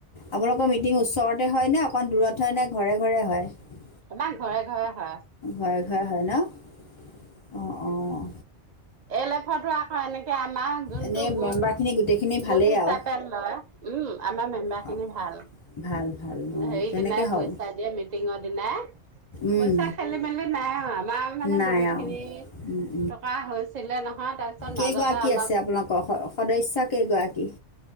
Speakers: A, on the left (about 40°); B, on the right (about 40°).
A: আপোনালোকৰ মিটিং ওচৰতে হয় নে, অকণ দূৰত হয় নে, ঘৰে ঘৰে হয়?
B: আমা ঘৰে ঘৰে হয়।
A: ঘৰে ঘৰে হয় ন অ অ
B: এল এল এফটো আকৌ এনেকে আমা যোনটো
A: এনেই
B: গোট
A: মেম্বাৰখিনি গোটেইখিনি ভালেই
B: গোট হিচাপে
A: আৰু
B: লয় উম আমা মেম্বাৰ
A: অঁ
B: খিনি ভাল।
A: ভাল ভাল অঁ
B: সেইদিনাই
A: তেনেকে হওক
B: পইচা দিয়ে মিটিংৰ দিনাই
A: উম,
B: পইচা খেলি মেলি নাই আৱ আমাৰ মানে
A: নাই
B: বহুতখিনি।
A: আৰু উম
B: টকা হৈছিলে নহয়। তাৰপিছত মাজতে
A: কেগৰাকী
B: অলপ
A: আছে আপোনালোক' স, সদস্য কেইগৰাকী?